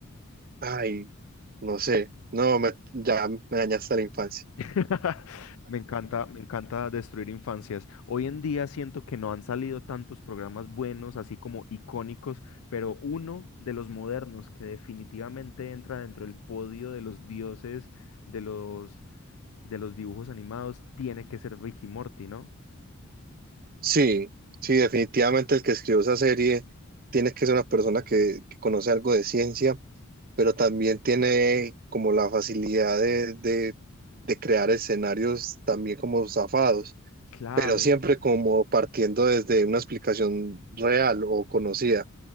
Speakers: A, on the right; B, on the left.
A: Ay, no sé. No, me- ya me dañaste la infancia.
B: <laughs> Me encanta, me encanta destruir infancias. Hoy en día siento que no han salido tantos programas buenos, así como icónicos, pero uno de los modernos que definitivamente entra dentro del podio de los dioses de los de los dibujos animados tiene que ser Ricky Morty, ¿no?
A: Sí, sí, definitivamente el que escribió esa serie tiene que ser una persona que, que conoce algo de ciencia, pero también tiene como la facilidad de, de, de crear escenarios también como zafados,
B: Claro,
A: pero siempre como partiendo desde una explicación real o conocida.